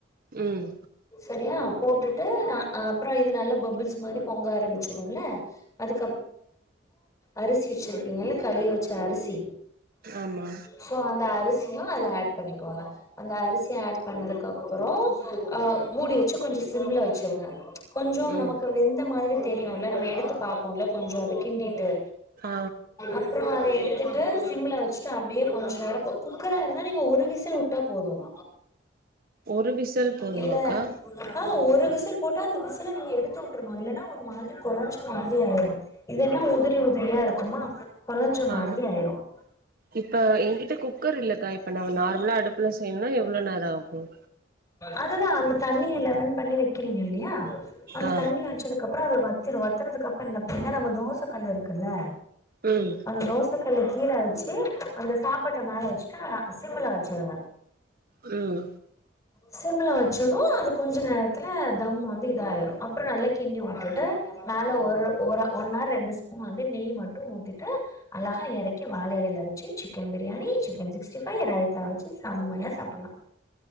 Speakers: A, on the right; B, on the left.
A: ம்
B: சரியா போட்டுட்டு அ அப்றோ இது நல்ல பபிள்ஸ் மாரி பொங்க ஆரம்பிச்சிடுல அதுக்கு அரிசி வச்சிருப்பீங்கல்ல களுவி வச்ச அரிசி
A: ஆமா
B: சோ அந்த அரிசியும் அதுல ஆட் பண்ணிக்கோங்க அந்த அரிசி ஆட் பண்ணதுக்கு அப்புறம் அ மூடி வச்சு கொஞ்சம் சிம்ள வச்சிருங்க கொஞ்ச
A: ம்
B: நமக்கு வெந்த மாதிரி தெரியும்ல நம்ம எடுத்து பார்ப்போம்ல கொஞ்ச அத கிண்டிட்டு
A: ஆ
B: அப்புறம் அத எடுத்து ட்டு சிம்ல வச்சுட்டு அப்படியே கொஞ்சம் நேரம் குக்கரா இருந்தா நீங்க ஒரு விசல் விட்டா போதும்
A: ஒரு விசல் போதுமாக்கா
B: இல்ல ஆ ஒரு ஒரு விசில் போட்டால் அந்த விசல நீங்க எடுத்து விட்டுருணும் இல்லன்னா ஒரு மாதிரி கொளஞ்ச மாதிரி ஆயிடும் இதென உதிரி உதிரியா இருக்குமா குலைஞ்ச
A: ஆ
B: மாதிரி ஆயிரும்
A: இப்ப எ கிட்ட குக்கர் இல்லக்கா இப்ப நம்ம நார்மலா அடுப்புல செய்யணும்னா எவ்வளவு நேரம் ஆகும்
B: அதுதா அந்த தண்ணிய லெவன் பண்ணி வைக்கிறீங்க இல்லையா அந்த
A: ஆ
B: தண்ணி வச்சதுக்கு அப்புறம் அத வத்திரும் வத்தறதுக்கு அறம் என்ன பண்ணுவீங் நம்ம தோச கல் இருக்குல்ல
A: உம்
B: அந்த தோச கல் கீழ வச்சு அந்த சாப்பாட்ட மேல வச்சுட்டு சிம்மல வச்சடுங்க
A: ம்
B: சிம்மல வச்சதும் அது கொஞ்ச நேரத்துல தம் வந்து இதாயிடும் அப்புறம் நல்லா கிண்டி விட்டுட்டு மேல ஒரு ஒரு ஒன்ர் ரெண்டு ஸ்பூன் வந்து நெய் மட்டும் ஊத்திட்டு அழகா இறக்கி வாழஇலைல வச்சு chicken biryani chicken chicken sixty five வச்சு செம்மையா சாப்பிடலாம்